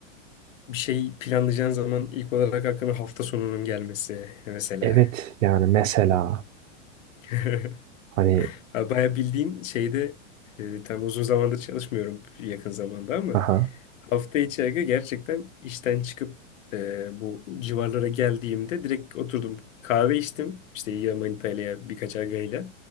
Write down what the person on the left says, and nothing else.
bir şey planlayacağın zaman ilk olarak aklına hafta sonunun gelmesi mesela.
<laughs>
Abi bayağı bildiğin şeyde e, tam uzun zamandır çalışmıyorum yakın zamanda ama
hafta içi aga gerçekten işten çıkıp e, bu civarlara geldiğimde direkt oturdum kahve içtim işte ya Manita ile ya birkaç agayla.